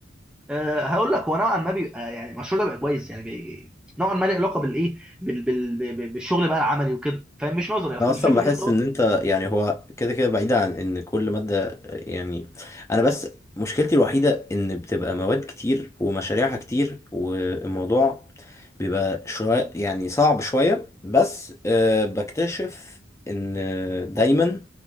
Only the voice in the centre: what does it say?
أه هقول لك هو نوعا ما بيبقى يعني المشروع ده بيبقى كويس يعني بي- نوعا ما له علاقه بالايه بال- بال- بال- بالشغل بقى العملي وكده فاهم مش نظري اصل
الفكره
ان انت